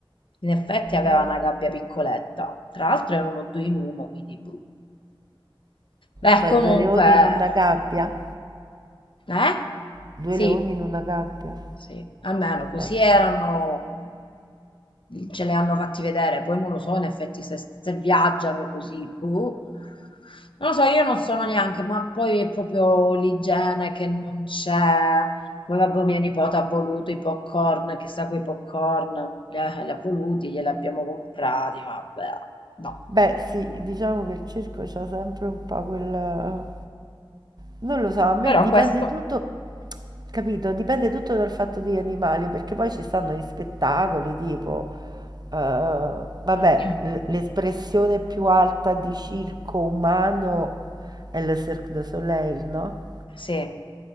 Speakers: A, on the left; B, on the right.
A: In effetti aveva
B: eh.
A: una gabbia piccoletta, tra l'altro era uno due in uno, quindi... boh. Beh,
B: Cioè
A: comunque,
B: due leoni in una gabbia?
A: Eh?
B: Due
A: Sì,
B: leoni in una gabbia?
A: sì, almeno così
B: Ecco.
A: erano, ce le hanno fatti vedere, poi non lo so in effetti se, se viaggiano così, boh. Non lo so, io non sono neanche, ma poi è proprio l'igiene che non c'è. Poi vabbè, mia nipote ha voluto i popcorn, chissà quei popcorn, li ha, li ha voluti, glieli abbiamo comprati, vabbè, no.
B: Beh sì,
A: no.
B: diciamo che il circo c'ha sempre un po' quel... Non lo so, a me
A: Però
B: dipende
A: questo,
B: tutto, capito? Dipende tutto dal fatto degli animali, perché poi ci stanno gli spettacoli tipo, eh, vabbè,
A: <clears throat>
B: l- l'espressione più alta di circo umano è il Cirque du Soleil, no?
A: sì,